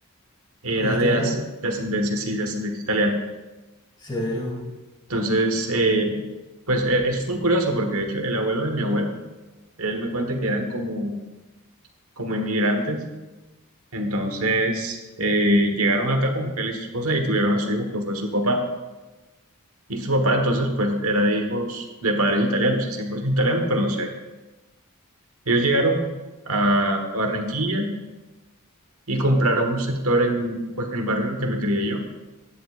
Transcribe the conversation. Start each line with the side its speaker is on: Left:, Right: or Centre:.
Right: era
Left: ¿Es italiano?
Right: de, as- de ascendencia, sí, de ascendencia italiana.
Left: Severo.
Right: Entonces, eh, pues e- es full curioso, porque de hecho el abuelo de mi abuelo, él me cuenta que eran como, como inmigrantes. Entonces, eh, llegaron acá como que él y su esposa y tuvieron a su hijo, que fue su papá. Y su papá entonces pues era de hijos de padres italianos, o sea, 100% italianos, pero no sé. Ellos llegaron a, a Barranquilla y compraron un sector en, pues, en el barrio en el que me crié yo.